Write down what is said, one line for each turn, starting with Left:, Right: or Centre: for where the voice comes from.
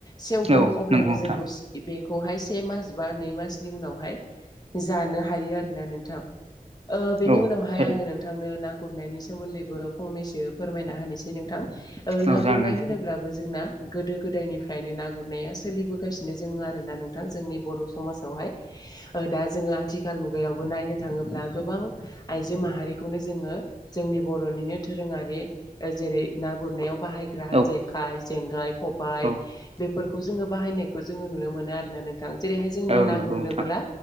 Left: सेवगोन
Right: औ
Left: अब्लाना
Right: नंगौ नोंथां
Left: जोंखौ बेखौहाय से मास बा नै मासनि उनाव हाय जानो हायो आरोना नोंथां बेनि
Right: औ
Left: उनावहाय
Right: थारैनो
Left: आङो नोंथांनो ना गुरनायनि सोमोन्दैबो फंनैसो फोरमायना होनोसै नोंथां ओ ना
Right: औ जागोन
Left: गुरनाय
Right: दे नोंथां
Left: होनो जोंना गोदो-गोदायनिफ्रायनो ना गुरनाया सोलिबोगासिनो जोङो आरोना नोंथां जोंनि बर' समाजाव दा जोङो आथिखाल मुगायावबो नायनो थाङोब्ला गोबां आइजो माहारिखौनो जोङो जोंनि बर'निनो दोरोारि जेरै ना गुरनायाव बाहायग्रा
Right: औ
Left: जेखाय, जेंगाय, खबाय
Right: औ
Left: बेफोर बे खौ जोङो बाहायनायखौ जोङो नुनो मोनो आरोना नोंथां जेरैहाय जोंनो
Right: औ
Left: ना
Right: नंगौ
Left: गुरनोबोब्ला
Right: नोंथां